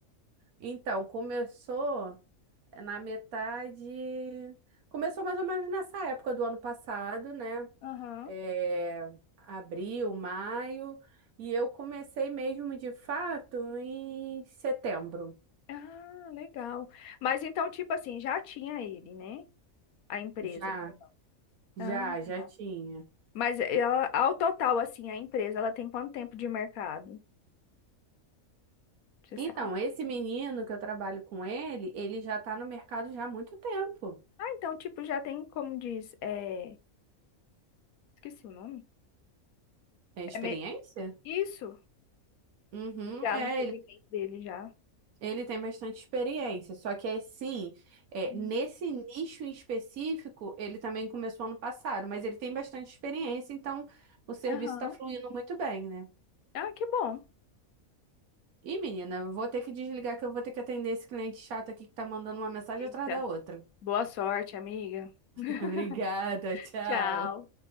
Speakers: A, on the right; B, on the left.
A: Então, começou na metade. Começou mais ou menos nessa época do ano passado, né?
B: Aham.
A: é, abril, maio, e eu comecei mesmo de fato em setembro.
B: Ah, legal. Mas então, tipo assim, já tinha ele, né? A empresa.
A: Já, já,
B: Ah,
A: já
B: tá.
A: tinha.
B: Mas é, ela, ao total, assim, a empresa, ela tem quanto tempo de mercado? Você
A: Então,
B: sabe?
A: esse menino que eu trabalho com ele, ele já tá no mercado já há muito tempo.
B: Ah, então, tipo, já tem, como diz, é... esqueci o nome.
A: É experiência?
B: É me... Isso,
A: Uhum,
B: já
A: é,
B: no segmento
A: ele,
B: dele, já.
A: ele tem bastante experiência, só que assim, é,
B: Hum.
A: nesse nicho em específico, ele também começou ano passado, mas ele tem bastante experiência, então o serviço
B: Aham.
A: está fluindo muito bem, né?
B: Ah, que bom.
A: Ih, menina, vou ter que desligar que eu vou ter que atender esse cliente chato aqui que tá mandando uma mensagem
B: Eita.
A: atrás da outra.
B: Boa sorte, amiga.
A: <laughs>
B: <laughs>
A: Obrigada, tchau.
B: Tchau.